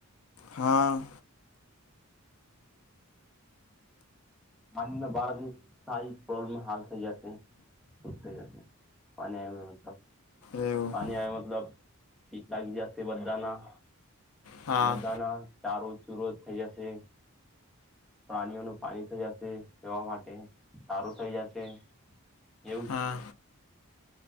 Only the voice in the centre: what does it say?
<inaudible> બારા દ સારી પ્રોબ્લેમ હાલ થઈ જ છૂટ થઈ જશે પાણી આવ્યુ, મતલબ
પાણી આ મતલબ <inaudible> જાતે બધાના
બધાના ચારો ચુરો જ થઇ જશે. પ્રાણીઓનું પાણી થઈ જશે એેવા માટે સારું થઈ જશે. એવું
જ